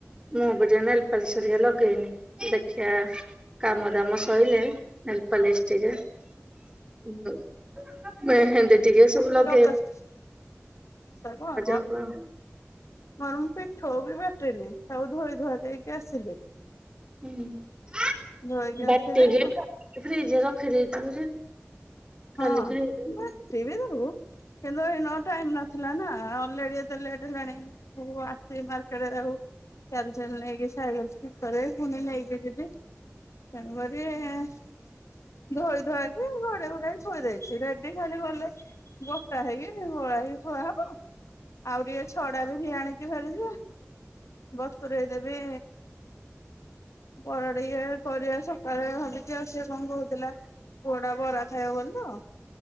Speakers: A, on the right; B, on the left.
A: ମୁଁ ବି ଟିଏ ନେଲ ପଲିଶ ହେରିକା ଲଗେଇନି ଦେଖିଆ। କାମ ଦାମ ସଇଲେ ନେଲପଲିଶ ଟିକେ ମେହେନ୍ଦି ଟିକେ ସବୁ ଲ
B: ଲଗା <unintelligible>
A: ହବା ଆଉ
B: ମର ମୁଁ ପୀଠଉ ବି ବାଟିନି ସବୁ ଧୋଇ ଧୁଆ ଦେଇକି ଆସିଲି।
A: ହୁଁ
B: ଧୋଇକି
A: ବାଟି
B: ଆସିଲି ହଁ
A: ଫ୍ରିଜ ରଖିଦେଇଥିବ ଯେ କାଲିକି
B: ହଁ
A: ହେଇଯିବ।
B: ବି ଦବୁ। କିନ୍ତୁ ଏଇନୁ ଆଉ ଟାଇମ ନଥିଲା ନା ଅଲରେଡି ଏତେ ଲେଟ ହେଲାଣି। ମୁଁ ଆସିବି ମାର୍କେଟରେ ଆଉ। ଚାଲ ଚାଲ ନେଇକି <unintelligible> କରେ ପୁଣି ନେଇକି ଯିବି। ତେଣୁ କରିରି ଧୋଇ ଧୁଆ କି ଘଡେଇ ଘୁଡାକି ଥୋଇ ଦେଇେଇଛି ରେଡି ଖାଲି ଗଲେ ବଟା ହେଇକି ଗୋଳା ହେଇକି ଥୁଆ ହବ। ଆଉ ଟିକେ ଛଡା ବି ଭିଆଣିିକି ଭେରିଲେ ବତୁରେଇ ଦେବି ପଡିଏ କରିବା ସକାଳେ ଭାବିଛି ଆଉ ସଏ କଣ କହୁଥିଲା। ପୁଅ ଟା ବରା ଖାଇ ବୋଲି ତ।